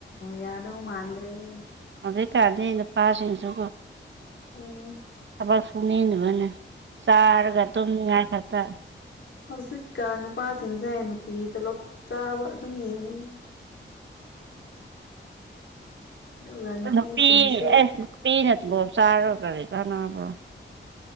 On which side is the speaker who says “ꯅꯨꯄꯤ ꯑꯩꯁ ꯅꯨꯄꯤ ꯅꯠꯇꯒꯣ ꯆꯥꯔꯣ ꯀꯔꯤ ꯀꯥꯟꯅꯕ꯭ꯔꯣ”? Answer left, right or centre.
Right